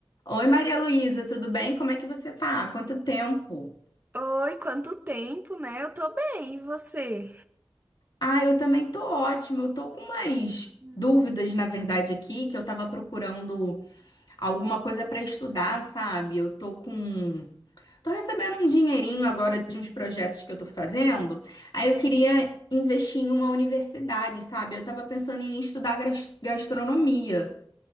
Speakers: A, on the left (about 50°); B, on the right (about 20°).
A: Oi, Maria Luísa, tudo bem? Como é que você tá? Quanto tempo?
B: Oi, quanto tempo, né? Eu tô bem, e você?
A: Ah, eu também tô ótima. Eu tô com umas
B: Hum.
A: dúvidas, na verdade, aqui, que eu tava procurando alguma coisa pra estudar, sabe? Eu tô com. Tô recebendo um dinheirinho agora de uns projetos que eu tô fazendo. Aí eu queria investir em uma universidade, sabe? Eu tava pensando em estudar gras- gastronomia.